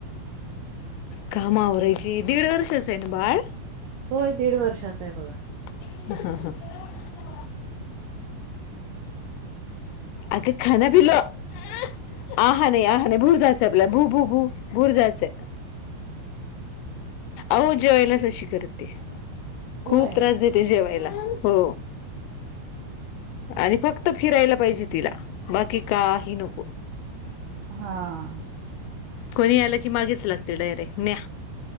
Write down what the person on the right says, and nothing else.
होय दीड वर्षाच आहे बघा
होय
हं